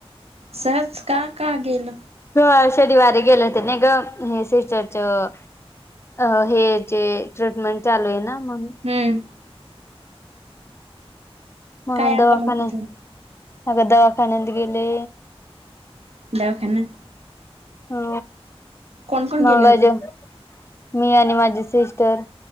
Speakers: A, on the right; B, on the left.
A: सहज का का गेल
B: हो शनिवारी गेले होते नाही ग हे सिस्टरच हेचे ट्रीटमेंट चालू आहे ना म्हणून.
A: हम्म
B: म्हणून
A: काय
B: दवाखान्यात
A: आणलं मग तिथून
B: अग दवाखान्यात गेले.
A: दवाखान्यात
B: हो
A: कोण कोण
B: मंग
A: गेले होते
B: अजून मी आणि माझे सिस्टर